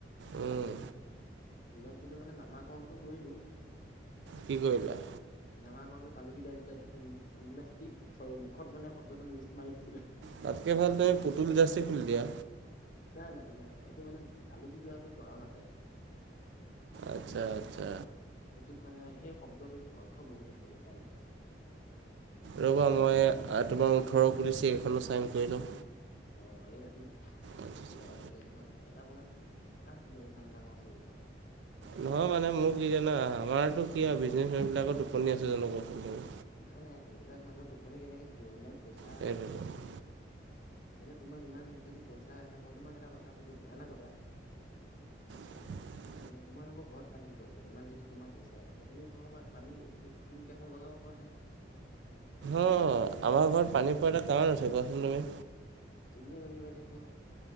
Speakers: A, on the right (about 75°); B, on the left (about 45°).
A: উম,
B: ইণ্ডাষ্ট্ৰ্ৰীটো মানে নামাকৰণটো কৰিলোঁ
A: কি কৰিলা?
B: নামা কৰণটো তালুকিদাছডা ইন- ইণ্ডাষ্ট্ৰী চৰি মুখত মানে শব্দটো মিচ মাৰি দিছিলে।
A: তাতকে ভাল তই পুতুলি দাসে খুলি দিয়া।
B: নাই নহয়-নহয় এইটো মানে তালুকি দিয়াটো কৰণ আছে
A: আচ্ছা আচ্ছা
B: সেইটোত মানে সেই শব্দটোত অৰ্থ বহুত আছে সেইকাৰণে।
A: ৰ'বা মই তোমাৰ আ ওঠৰ পুলিচ এইখনো ছাইন কৰি লওঁ।
B: অ, এই ৰাতি কেইটা
A: আচ্ছা আচ্ছা।
B: বাজিলে কিমান এটা বজাত তাক দিয়া ইমান ডাঙৰ আছে এইখন
A: নহয় মানে মোক কি জানা? আমাৰতো কি আৰু বিজনেচমেন বিলাকৰ টোপনি আছে জানো কচোন?
B: নাই নাই সেইবিলাক মানুহ টোপনি কেনেকে থাকিব ইমান পইচা,
A: সেইটোতো
B: এনে তোমাৰ ইমান যদি পইচাই আছে, মই তোমাক এটা কথা সুধো? বেয়া নাপাবা।
A: <inaudible>
B: তেনে তোমালোকৰ ঘৰত পানী কিব পাৰে? ইমান যদি তোমাৰ পইচাই আছে, তুমি ঘৰপত পানী টিং কেখন লগাব পোৱা নাই নে?
A: অ আমাৰ ঘৰত পানী পোৱা এটা কাৰণ আছে কোৱাচোন তুমি?
B: তুমিয়ে জানা বা এতিয়া কিয়?